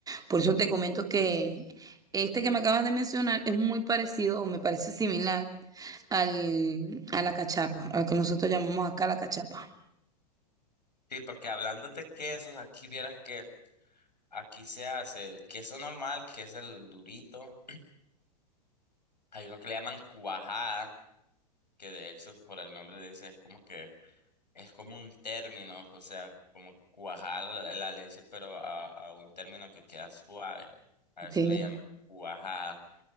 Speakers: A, on the right; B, on the left.
A: Por eso te comento que este que me acabas de mencionar es muy parecido o me parece similar al, a la cachapa, a lo que nosotros llamamos acá la cachapa.
B: Sí, porque hablando de quesos, aquí vieras que Aquí se hace el queso normal, que es el durito. Hay uno que le llaman cuajada, que de hecho por el nombre le dice, es como que es como un término, o sea, como cuajar la, la leche, pero a, a un término que queda suave. A
A: Ok,
B: eso le llaman cuajada.